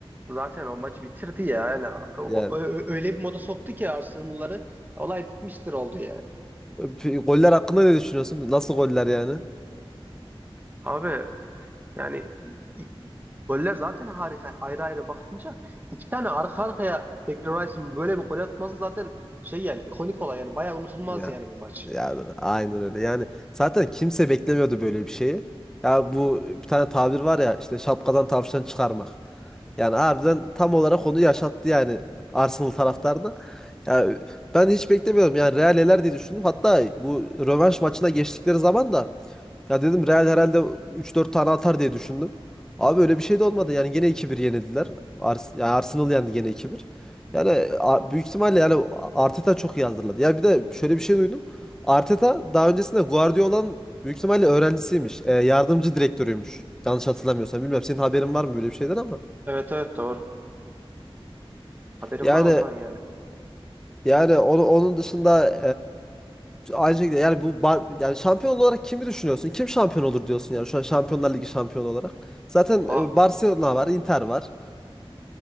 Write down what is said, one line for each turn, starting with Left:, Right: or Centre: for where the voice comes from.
Right: zaten o maçı bitirdi ya. Yani o-
Centre: Ya
Right: o- öyle bir moda soktu ki Arsenal'ları olay bitmiştir oldu yani.
Centre: Pe- Goller hakkında ne düşünüyorsun? Nasıl goller yani?
Right: Abi yani i- i- goller zaten harika. Ayrı ayrı bakınca iki tane arka arkaya Declan Rice'ın böyle bir gol atması zaten şey yani ikonik olay yani bayağı unutulmaz
Centre: Ya
Right: yani bu maç.
Centre: Ya aynen öyle. Yani zaten kimse beklemiyordu böyle bir şeyi. Ya bu bir tane tabir var ya işte şapkadan tavşan çıkarmak. Yani harbiden tam olarak onu yaşattı yani Arsenal taraftarına. Yani ben hiç beklemiyordum. Yani Real eler diye düşündüm. Hatta bu rövanş maçına geçtikleri zaman da ya dedim Real herhalde üç dört tane atar diye düşündüm. Abi öyle bir şey de olmadı. Yani gene iki bir yenildiler. Ars yani Arsenal yendi gene iki bir. Yani a- büyük ihtimalle yani Arteta çok iyi hazırladı. Yani bir de şöyle bir şey duydum. Arteta daha öncesinde Guardiola'nın büyük ihtimalle öğrencisiymiş. E, yardımcı direktörüymüş. Yanlış hatırlamıyorsam. Bilmiyorum senin haberin var mı böyle bir şeyden ama.
Right: Evet evet doğru. Haberim
Centre: Yani
Right: var ondan yani.
Centre: yani onu, onun dışında e, aynı şekilde yani bu bar- yani şampiyon olarak kimi düşünüyorsun? Kim şampiyon olur diyorsun yani şu an Şampiyonlar Ligi şampiyonu olarak. Zaten
Right: Ha,
Centre: e, Barcelona var, Inter var.